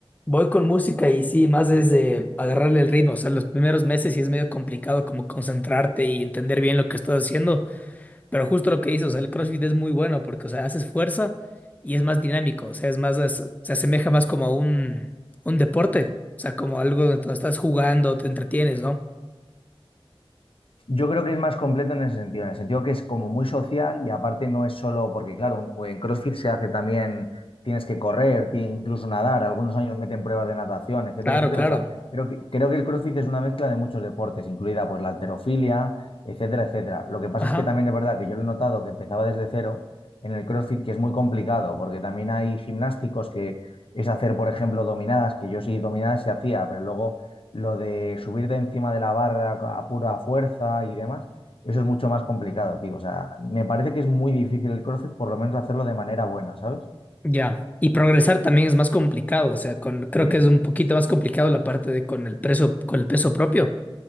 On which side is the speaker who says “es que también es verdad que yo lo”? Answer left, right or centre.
Left